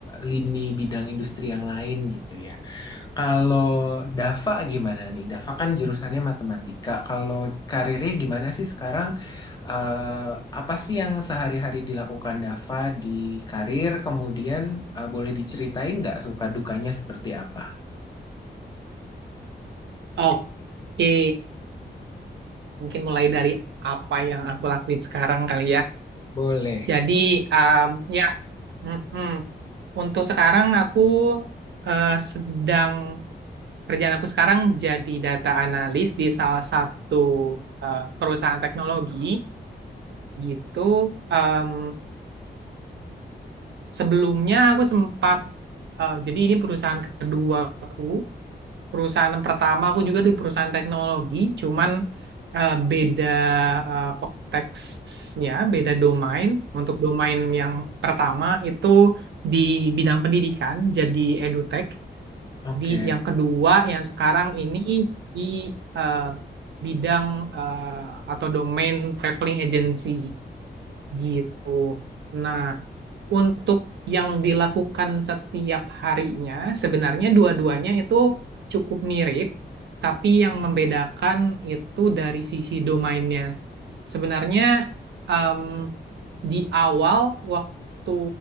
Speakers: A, on the left; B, on the right.
A: lini bidang industri yang lain gitu ya. Kalau Dava gimana nih? Dava kan jurusannya matematika. Kalau karirnya gimana sih sekarang? Eh, apa sih yang sehari-hari dilakukan Dava di karir? Kemudian eh, boleh diceritain nggak suka dukanya seperti apa?
B: Oke, mungkin mulai dari apa yang aku lakuin sekarang kali ya.
A: Boleh.
B: Jadi, um, ya, mm-mm. Untuk sekarang aku eh, sedang, kerjaan aku sekarang jadi data analis di salah satu eh, perusahaan teknologi, gitu. Em, sebelumnya aku sempat, eh, jadi ini perusahaan keduaku. perusahaan pertama aku juga di perusahaan teknologi cuman eh, beda eh, konteksnya beda domain untuk domain yang pertama itu di bidang pendidikan jadi edutech
A: Oke.
B: di yang kedua yang sekarang ini di eh, bidang eh, atau domain traveling agency gitu nah untuk yang dilakukan setiap harinya, sebenarnya dua-duanya itu cukup mirip, tapi yang membedakan itu dari sisi domainnya. Sebenarnya em, di awal waktu